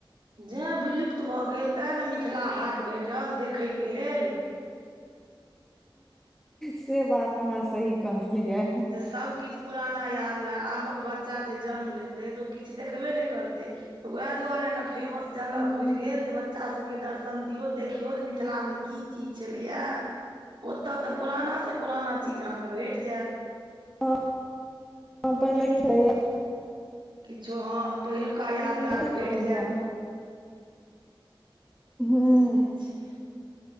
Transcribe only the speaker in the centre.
से बात अहाँ सही कहलियै।
हँ
हँ पहिले <unintelligible>
ह
कहलियै
हूँ।